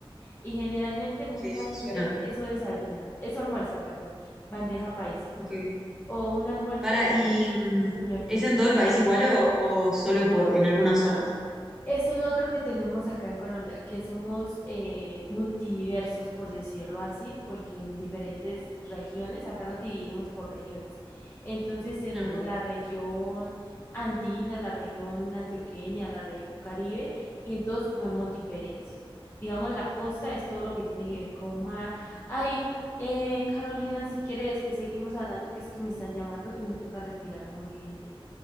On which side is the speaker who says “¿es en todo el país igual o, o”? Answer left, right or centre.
Centre